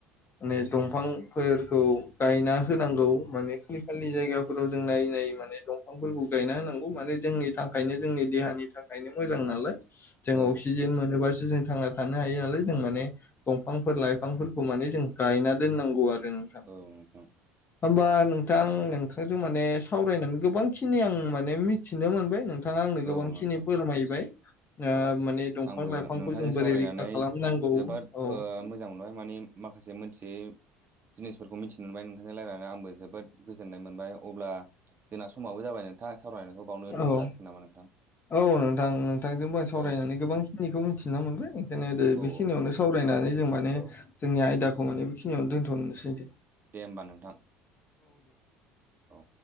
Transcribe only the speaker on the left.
माने दंफांफोरखौ गायना होनांगौ माने खालि खालि
जायगाफोराव जों नायै नायै माने दंफांफोरखौ गायना होनांगौ माने जोंनि थाखायनो
जोंनि देहानि थाखायनो मोजां नालाय जों
अक्सिजेन मोनोबासो जों थांना थानो हायो नालाय जों माने दंफांफोर लाइफांफोरखौ माने जों गायना दोननांगौ आरो नोंथां
होमबा नोंथां नोंथांजों माने सावरायनानै गोबां खिनि आं माने मिथिनो मोनबाय नों थाङा आंनो
गोबांखिनि
फोरमायबाय ओ
माने दंफां
लाइफांखौ
जों
बोरै रैखा खालामनांगौ
औ
औ
औ नोंथां नोंथांजोंबो आं सावरायनानै
गोबांखिनिखौ मिथिना मोनबाय ओंखायनो गोदो
बेखिनियावनो
सावरायनानै जों माने
जोंनि आयदाखौ माने बेखिनियावनो दोन्थ'नोसैदि